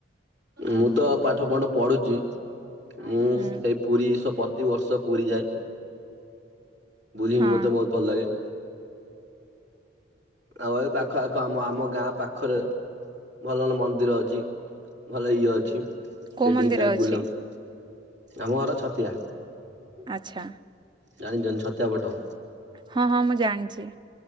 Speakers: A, on the right (about 70°); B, on the right (about 25°).
A: ମୁଁ ତ ପାଠ ଫାଠ ପଢୁଛି। ମୁଁ
B: ହୁଁ
A: ସେଇ ପୁରୀ ସ ପ୍ରତିିବର୍ଷ ପୁରୀ ଯାଏ। ବୁଲିକି
B: ହଁ
A: ମତେ ବୋହୁତ୍ ଭଲ ଲାଗେ। ଆଉ ଏ ପାଖ ଆଖ ଆମ ଆମ ଗାଁ ପାଖରେ, ଭଲ ଭଲ ମନ୍ଦିର ଅଛି। ଭଲ ଇଏ ଅଛି।
B: କୋଉ
A: ସେଇଠିକି
B: ମନ୍ଦିର
A: ଯାଏ
B: ଅଛି?
A: ବୁଲାବୁଲି, ଆମ ଘର ଛତିଆ।
B: ଆଛା।
A: ଜାଣିଛନ୍ତି ଛତ୍ୟାବଟ?
B: ହଁ ହଁ ମୁଁ ଜାଣିଛି।